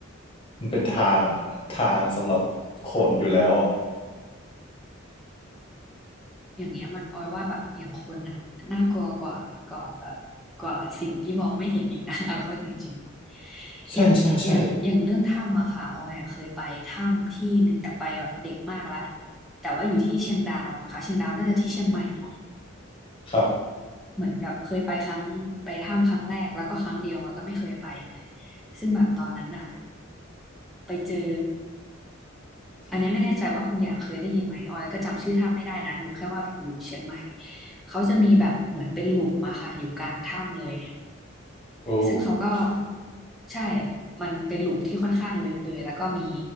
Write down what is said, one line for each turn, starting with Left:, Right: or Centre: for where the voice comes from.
Left: มันเป็นทางอะทางสำหรับขนอยู่แล้วอ่ะ
Centre: อย่างเงี้ยมันออยว่าแบบอย่างคนน่ะน่ากลัวกว่ากว่าแบบกว่าสิ่งที่มองไม่เห็นอีกนะ <laughs> เอาเข้าจริงๆอย่างอย่างอย่างเรื่องถ้ำอะค่ะออยอะเคยไปถ้ำที่หนึ่งแต่ไปแบบเด็กมากละ
Left: ใช่ใช่ใช่
Centre: แต่ว่าอยู่ที่เชียงดาวมั้งคะเชียงดาวน่าจะที่เชียงใหม่เนาะ
Left: ครับ
Centre: เหมือนแบบเคยไปครั้งไปถ้ำครั้งแรกแล้วก็ครั้งเดียวอะก็ไม่เคยไปอีกเลยซึ่งแบบตอนนั้นอะไปเจอ อันเนี้ยไม่แน่ใจว่าคุณอย่างเคยได้ยินไหมออยก็จำชื่อถ้ำไม่ได้นะรู้แค่ว่าแบบอยู่เชียงใหม่เขาจะมีแบบเหมือนเป็นหลุมอะค่ะอยู่กลางถ้ำเลย
Left: โอ
Centre: ซึ่งเขาก็
Left: ้
Centre: ใช่มันเป็นหลุมที่ค่อนข้างลึกเลยแล้วก็มี